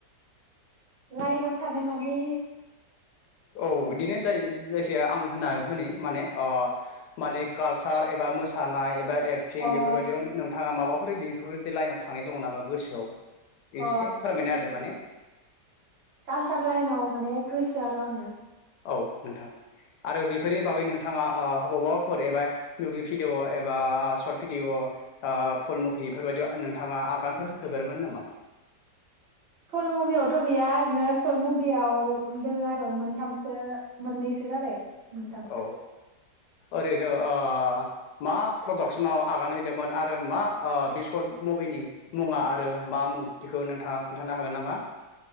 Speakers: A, on the right (about 50°); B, on the left (about 75°).
A: लाइनाव थानाय माने
B: औ इदिनो जाय जायखिया आं होनना होनि माने ओ माने कालसार एबा मोसानाय एबा एक्टिं
A: अ
B: बेफोरबायदियाव नों थाङा माबाफोर बेफोरबायदि लाइनाव थांनाय दङ नामा गोसोआव एसे
A: अ
B: फोरमायना होदो माने
A: कालचार लाइनाव माने गोसो आरो आङो
B: औ नोंथां आरो बेफोरनि बागै नों थाङा औ बबावबाफोर एबा नोयि भिडिअ एबा सर्ट भिडिअ फुल मुभि बेफोरबायदियाव नोंथाङा आगानफोर होफेरबाय नामा?
A: फुल मुभियावथ' गैया आरोना सर्ट मुभियाव दङ आरो मोनथामसो मोननैसो जाबाय। मोनथामसो
B: औ ओरैनो ओ मा प्रडाक्सनाव आगान हैदोंमोन आरो मा ओ बे सर्ट मुभिनि मुं मुङा आरो मा मुं बेखौ नोंथाङा खोन्थानो हागोन नामा